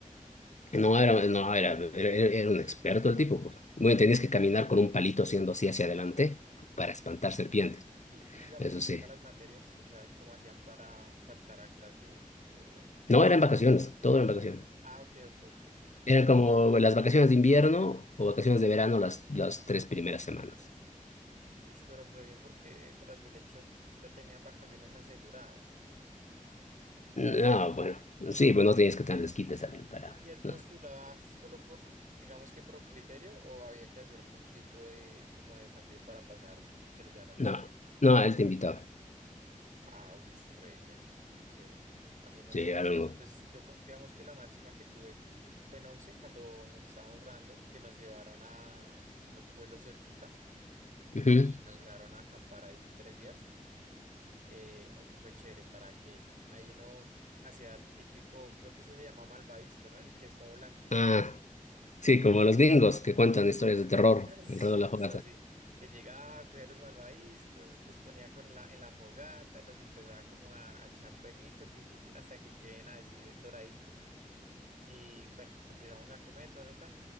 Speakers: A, on the left; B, on the right.
A: No, era, no, era, era, era un experto el tipo, pues. Bueno, tenías que caminar con un palito haciendo así hacia adelante para espantar serpientes.
B: Y, y digamos
A: Eso
B: el
A: sí.
B: tema de las materias, o sea, y cómo hacían para faltar a clase o, o bueno.
A: No, eran vacaciones, todo eran vacaciones.
B: Ah, ok, ok, ok, ok.
A: Eran como las vacaciones de invierno o vacaciones de verano las, las tres primeras semanas.
B: Uy, pero re bien porque tras del hecho ya tenían vacaciones aseguradas.
A: No, bueno, sí, pues no tenías que tener desquites también para...
B: ¿Y él
A: No,
B: postulaba solo por, digamos que por criterio o había que hacer algún tipo de como de desafío para pasar y que lo llevaran
A: no,
B: a uno?
A: no, él te invitaba.
B: Ah, uy, re bien, qué chévere. A mí no
A: Sí,
B: me pasó
A: algo.
B: eso, pues yo co- digamos que la máxima que tuve fue en 11 cuando nos estábamos graduando, que nos llevaron a a un pueblo cerquita
A: Ujú.
B: y nos dejaron acampar ahí tres días. eh, aunque fue chévere para que ahí uno hacía el típico, creo que ese se llama malvavisco, ¿no? El que es como blanquito.
A: Ah, sí,
B: Ah,
A: como los gringos que cuentan historias de terror
B: <laughs>
A: alrededor
B: Sí,
A: de la fogata.
B: es así, que llegaba, cogía los malvaviscos, los ponía con la, en la fogata, los empezaba como a, a echar fueguito, tin, tin, tin, hasta que queden así doraditos. Y bueno, empezamos a comer, ta, ta, ta.